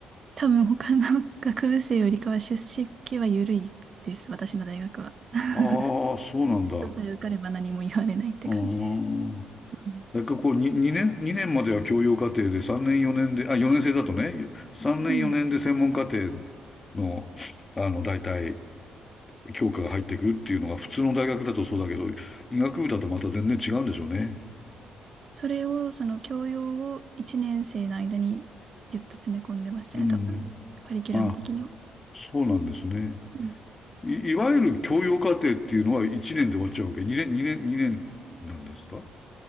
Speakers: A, on the right; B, on the left.
A: 多分他の <laughs> 学部生よりかは出席は緩いです、私の大学は。<laughs>
B: ああ、そうなんだ。
A: テストさえ受かれば何も言われないって感じです。
B: うーん。
A: うん
B: なんかこう、に2、年、2年までは教養課程で、3年4年で、あ、4年生だとね、3年4年で専門課程
A: うん
B: の、あの、大体、教科が入ってくるっていうのが普通の大学だとそうだけど、医学部だとまた全然違うんでしょうね。
A: それを、その教養を1年生の間にぎゅっと詰め込んでましたね、
B: うん。
A: 多分。カリキュラム的には。
B: あ、そうなんですね。
A: うん。
B: い、いわゆる教養課程っていうのは1年で終わっちゃうわけ。2年、2年、2年なんですか